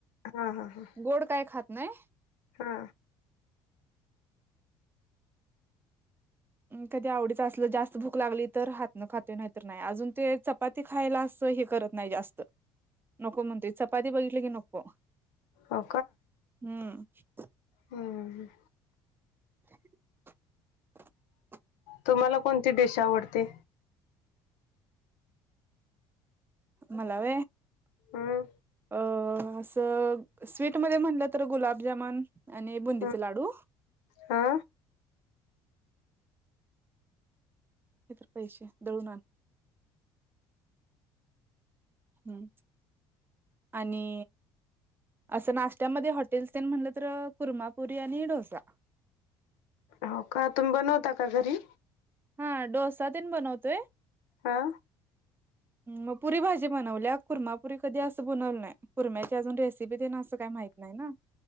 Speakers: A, on the left (about 80°); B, on the right (about 20°).
A: हा हा हा
B: गोड काय खात नाहीय
A: हा
B: कधी आवडीच असल जास्त भूक लागली तर हातनं खातो नाहीतर नाही अजून ते पाती खायला असं हे करत नाही जास्त नको म्हणतेो चपाती बघितली की नको
A: हो
B: हम्म
A: हम
B: <inaudible>
A: तुम्हाला कोणती डिश आवडते
B: मला व
A: हम्म
B: अ स्वीटमध्ये म्हटलं तर गुलाबजामन आणि बुंदीचे
A: हम्म
B: लाडू
A: हा
B: हे तर पैसे दळून आण हम् आणि असं नाश्त्यामध्ये हॉटेलस म्हटलं तर कुर्मापुरी आणि डोसा
A: हो का तुम्ही बनवता का घरी
B: हा डोसा तन बनवतोय
A: हा
B: मग पुरी भाजी बनवली कुर्मापुरी कधी असं बनवलं नाही कुरम्याची अजून रेसिपी देण असं काही माहित नाही ना